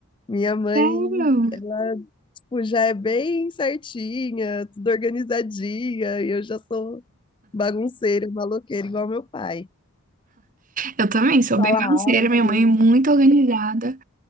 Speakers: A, on the left; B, on the right.
A: Minha mãe,
B: Sério?
A: ela, tipo, já é bem certinha, tudo organizadinha, e eu já sou bagunceira, maloqueira, igual meu pai.
B: Eu também sou
A: Fala
B: bem bagunceira,
A: alto.
B: minha mãe é muito organizada,